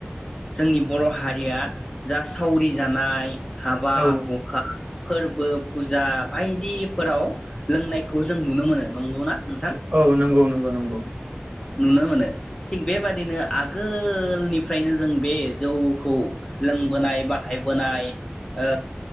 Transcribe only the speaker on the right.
औ
औ नंगौ नंगौ नंगौ।